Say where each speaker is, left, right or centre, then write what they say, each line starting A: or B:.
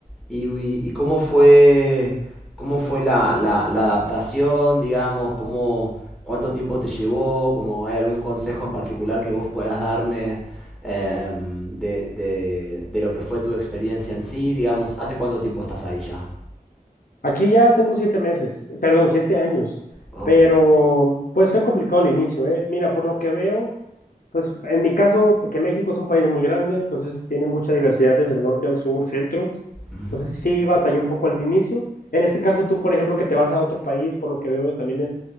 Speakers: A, in the centre; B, on the left.
A: ¿Y, y- y cómo fue, cómo fue la, la- la adaptación, digamos? ¿Cómo, cuánto tiempo te llevó? ¿Cómo, ¿Hay algún consejo en particular que vos puedas darme em, de, de- de lo que fue tu experiencia en sí? Digamos, ¿hace cuánto tiempo estás ahí ya?
B: Aquí ya tengo siete meses, perdón, siete años,
A: Ok.
B: pero pues fue complicado el inicio, ¿eh? Mira, por lo que veo, pues en mi caso, que México es un país muy grande, entonces tiene mucha diversidad desde el norte al sur, centro,
A: Ujú.
B: entonces sí batallé un poco al inicio. En este caso, tú, por ejemplo, que te vas a otro país, por lo que veo, también